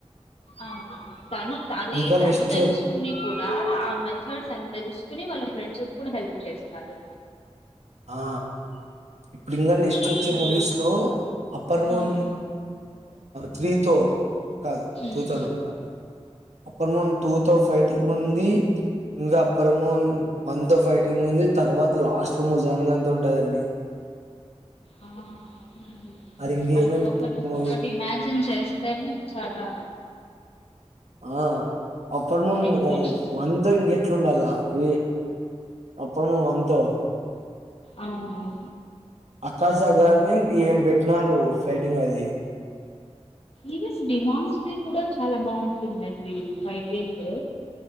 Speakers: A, on the left (about 60°); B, on the right (about 80°).
A: అవును అవును తను అది
B: ఇంకా
A: తను
B: నెక్స్ట్
A: తెలుసుకుని ఆ మెథడ్ తని తెలుసుకుని వాళ్ళ ఫ్రెండ్స్ కూడా హెల్ప్ చేస్తాడు
B: ఆ ఇప్పుడు ఇంకా నెక్స్ట్
A: అసలు
B: వచ్చే మూవీస్ లో అప్పర్ మోన్
A: ఉమ్
B: త్రీతో కాదు
A: ఉమ్.
B: టూతో అనుకుంటా అప్పర్మం టూ తో ఫైటింగ్ ఉంది ఇంగ పర్మోన్ వన్ తో ఫైటింగ్ ఉంది. తర్వాత లాస్ట్ లో ముజాన్గా అంత ఉంటుందండి
A: ఆ అవునండి
B: అది ఇంకేమేమి
A: ఒక్కొక్కటి ఒక్కొక్కటి
B: మ
A: ఇమాజిన్ చేస్తేనే చాలా
B: ఆ అప్పుడుము
A: ఎంగ్జైటింగ్
B: వంతో ఇంకెట్లుండాల ఇ అప్పుడుము వంతో
A: అవునవును
B: ఆకాశ సగాన్ని ఏం పెట్టినారు ఫైటింగ్ అది
A: ఈవెన్ డిమాండ్స్ ది కూడా చాలా బాగుంటుందండి ఫైటింగ్